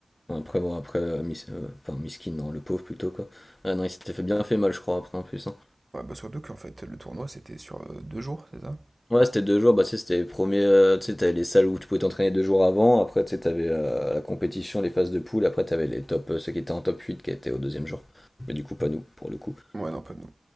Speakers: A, on the left; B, on the right.
A: Après, bon, après, euh, Miss, euh, enfin, Miskin, non, le pauvre plutôt, quoi. Ah non, il s'était fait bien fait mal, je crois, après, en plus. hein.
B: Ouais, bah surtout qu'en fait, le tournoi, c'était sur euh, deux jours, c'est ça?
A: Ouais, c'était deux jours. Bah, tu sais, c'était les premiers. euh, tu sais, t'avais les salles où tu pouvais t'entraîner deux jours avant. Après, tu sais, t'avais euh, la compétition, les phases de poule. Après, t'avais les top, euh, ceux qui étaient en top 8 qui étaient au deuxième jour. Mais du coup, pas nous, pour le coup.
B: Ouais, non, pas nous.